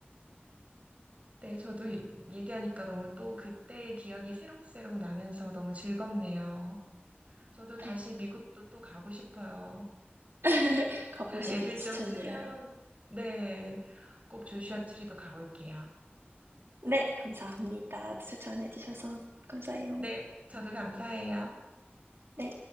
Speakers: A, on the right; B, on the right.
A: 네, 저도 얘기하니까 너무 또 그때의 기억이 새록새록 나면서 너무 즐겁네요. 저도 다시
B: 네,
A: 미국도 또 가고 싶어요.
B: <laughs> 가보시길
A: <laughs> 애들
B: 추천드려요.
A: 좀 크면, 네, 꼭 조슈아 트리도 가볼게요.
B: 네, 감사합니다. 추천해주셔서 감사해요.
A: 네, 저도 감사해요.
B: 네.